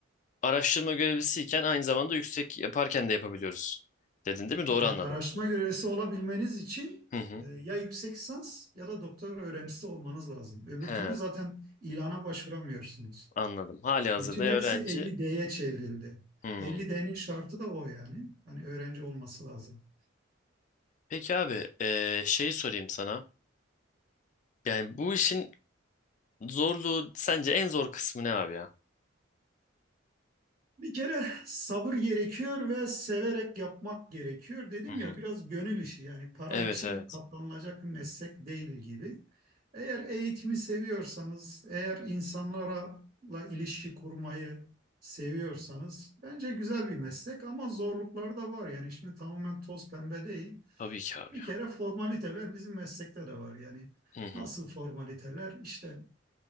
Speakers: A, on the left; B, on the right.
A: araştırma görevlisiyken aynı zamanda yüksek yaparken de yapabiliyoruz. Dedin değil mi? Doğru
B: E,
A: anladım.
B: araştırma görevlisi olabilmeniz için
A: Hı hı.
B: e, ya yüksek lisans ya da doktora öğrencisi olmanız lazım. Öbür
A: He,
B: türlü zaten ilana başvuramıyorsunuz.
A: anladım. Hali hazırda
B: Bütün
A: öğrenci.
B: hepsi 50D'ye çevrildi.
A: Hmm.
B: 50D'nin şartı da o yani. Hani öğrenci olması lazım.
A: Peki abi eee şeyi sorayım sana. Yani bu işin Zorluğu sence en zor kısmı ne abi ya?
B: Bir kere sabır gerekiyor ve severek yapmak gerekiyor. Dedim
A: Hı hı.
B: ya biraz gönül işi yani para
A: Evet
B: için
A: evet.
B: katlanılacak bir meslek değil gibi. Eğer eğitimi seviyorsanız, eğer insanlarla ilişki kurmayı seviyorsanız bence güzel bir meslek ama zorluklar da var. Yani şimdi tamamen toz pembe değil.
A: Tabii ki abi
B: Bir
A: ya.
B: kere formaliteler bizim meslekte de var yani.
A: Hı hı.
B: Nasıl formaliteler? İşte